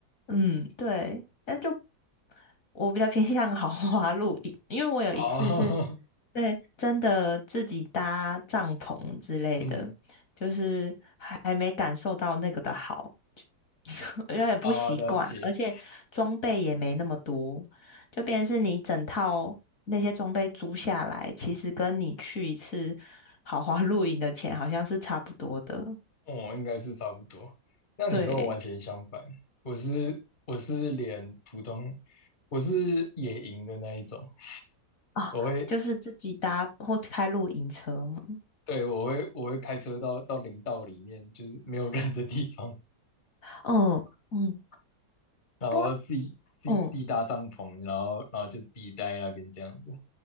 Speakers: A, on the left; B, on the left.
A: 嗯，对，那就我比较偏向豪华露营，因为我有一次是，
B: 啊，
A: 对，真的自己搭帐篷之类的，
B: <laughs> 嗯
A: 就是还还没感受到那个的好，<laughs> 有点不习惯，
B: 啊，了解，
A: 而且装备也没那么多，就变成是你整套那些装备租下来，其实跟你去一次豪华露营的钱好像是差不多的，
B: 我应该是差不多。那你跟我完全相反，
A: 对。
B: 我是我是连普通，我是野营的那一种，
A: 啊，
B: 我会，
A: 就是自己搭或开露营车嘛。
B: 对，我会我会开车到到林道里面，就是没有人的地方，
A: 嗯嗯，
B: 然后自己自己自己搭帐篷，
A: 我嗯，
B: 然后然后就自己待在那边这样子。